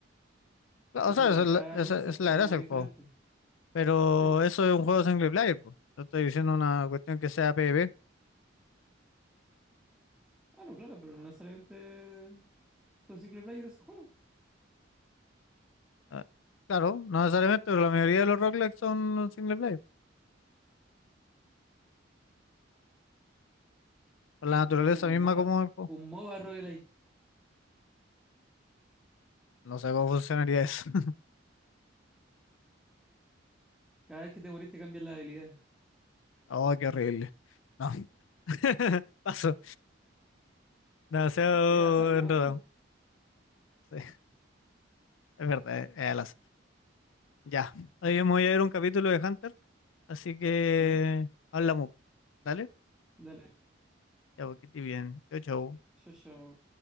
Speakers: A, on the left; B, in the centre.
A: claro,
B: Cosa
A: o sea,
B: de
A: esa
B: que
A: es la,
B: cada run
A: esa
B: se-
A: es la
B: sea
A: gracia
B: muy diferente.
A: del juego Pero
B: Sí, pues.
A: eso es un juego single player, po. Yo estoy diciendo una cuestión que sea PvP.
B: Bueno, claro, pero no necesariamente son single player esos juegos.
A: Ah, Claro, no necesariamente, pero la mayoría de los rock son single player. Por la naturaleza
B: Bueno, que hagan un
A: misma
B: MOBA,
A: como el juego.
B: un MOBA roguelike.
A: No sé cómo funcionaría eso. <laughs>
B: Cada vez que te moriste cambias la habilidad.
A: Oh, qué horrible. No. <laughs> Paso. Demasiado
B: Es azar nomás,
A: enredado.
B: pues.
A: Sí, es verdad, es es al azar. Ya. Hoy yo me voy a ver un capítulo de Hunter, así que
B: Ya,
A: hablamos. ¿Dale?
B: dale.
A: Ya, porque estoy bien. Chau, chau.
B: Chao, chao.